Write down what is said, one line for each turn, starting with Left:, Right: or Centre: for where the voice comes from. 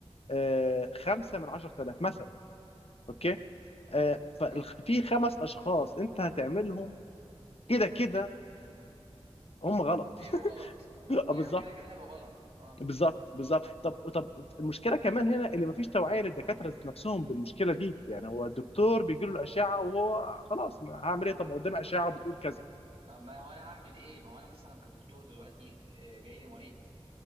Left: آه 5 من 10000 مثلا اوكي آه ففي
Right: مم.
Left: خمس اشخاص انت هتعملهم كده كده هم غلط
Right: هيبقى
Left: <laughs>
Right: غلط أيوه
Left: آه، بالظبط
Right: كده كده هيبقى غلط آه
Left: بالظبط بالظبط طب طب المشكله
Right: مم.
Left: كمان هنا اللي مفيش توعيه للدكاتره ذات نفسهم بالمشكله دي يعني هو الدكتور بيجي له الاشعه وهو خلاص ما هعمل ايه طب ما قدامي اشعه وبتقول كذا
Right: طب ما هو أنا هعمل إيه؟ ما هو أنا مثلا كدكتور دلوقتي آه، جاي لي مريض